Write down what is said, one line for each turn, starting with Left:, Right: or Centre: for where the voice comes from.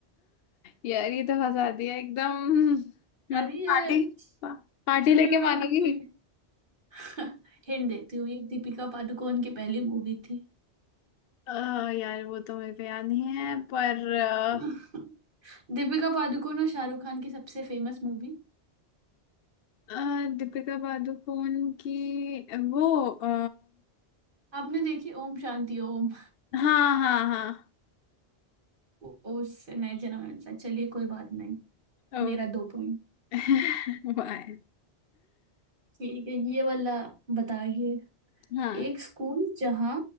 Left: यार ये तो फंसा दिया एकदम मतलब
Right: अरे
Left: <laughs>
Right: ये
Left: पार्टी पा, पार्टी
Right: चलिए
Left: लेके
Right: मैं
Left: मानोगी
Right: आपको एक <laughs> हिंट देती हूँ ये दीपिका पादुकोण की पहली मूवी थी
Left: अ, यार वो तो मेरे को याद नहीं है पर अ,
Right: <laughs> दीपिका पादुकोण और शाहरुख खान की सबसे फेमस मूवी
Left: अ, दीपिका पादुकोण की वो आ,
Right: आपने देखी ओम शांति ओम
Left: हाँ हाँ हाँ
Right: ओ, उससे नहीं जना मैंने पूछा चलिए कोई बात नहीं
Left: ओ,
Right: मेरा दो पॉइंट
Left: <laughs> वाह।
Right: ठीक है ये वाला बताइए
Left: हाँ
Right: एक स्कूल जहाँ